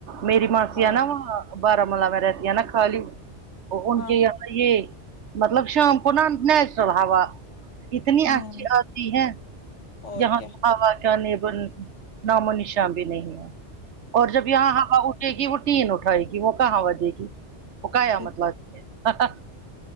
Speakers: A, on the right; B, on the left.
A: میری ماسی
B: ہاں
A: ہے نا وہاں بارامولہ میں رہتی ہے نا خالی ان
B: ہاں
A: کے یہ یہ مطلب شام کو ن نیچرل ہوا اتنی
B: ہوں
A: اچھی آتی ہے
B: اور
A: یہاں
B: کیا
A: ہوا کہ نبن نام و نشاں بھی نہیں ہے اور جب یہاں حوا ے گ وہ ین اٹھائے گی وہ کہاں وجے گی وہ کیامٹہ
B: دیکھا
A: لاتی ہیں